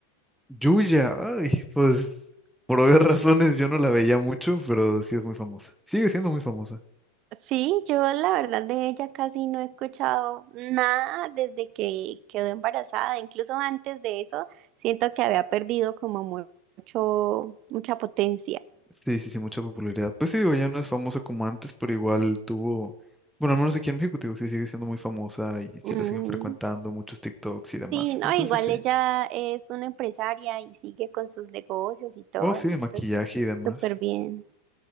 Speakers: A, in the centre; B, on the right.
A: Yuya. Ay, pues por obvias <laughs> razones yo no la veía mucho, pero sí es muy famosa. Sigue siendo muy famosa.
B: Sí, yo la verdad de ella casi no he escuchado nada desde que quedó embarazada. Incluso antes de eso, siento que había perdido como mu- mucho, mucha potencia.
A: Sí, sí, sí, mucha popularidad. Pues sí, digo, ya no es famosa como antes, pero igual tuvo, bueno, al menos aquí en México, te digo, sí sigue siendo muy famosa y sí
B: Mm,
A: la siguen frecuentando muchos TikToks y demás.
B: sí, no,
A: Entonces
B: igual
A: sí.
B: ella es una empresaria y sigue con sus negocios y todo,
A: Oh, sí,
B: entonces
A: de maquillaje y demás.
B: súper bien.